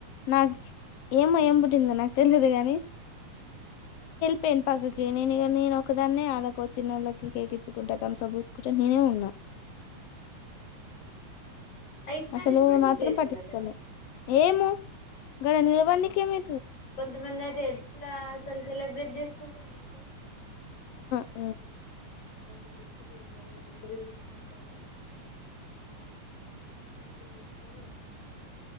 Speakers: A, on the left; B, on the left.
A: నాకు ఏమో ఏం పుట్టింద నాకు తెలియదు గాని
B: ఉ
A: పెనపక్కకి నేను ఇ నేను ఒకదాన్నే వాళ్ళకు చిన్నోళ్ళకి కేక్ ఇచ్చుకుంటా తంస పూసుకుంటే నేనే ఉన్నా
B: అయి ఇత్తానికి
A: అసలు
B: కూడా
A: మాత్రం
B: సిగ్గైతుందటనా
A: పట్టించుకోవాలి ఏము గడ నిల్వన్నికిమి
B: కొంతమంది అయితే ఎట్లా అసలు సెలబ్రేట్ చేసుకుంటా మంచిగా
A: ఆ
B: మంచి పిస్ దిగుతారు రీల్స్ తీసుకుంటారుమ్మా కేక్ కటింగ్ ఇంకా చేసుకుంటే చేసుకుంటారు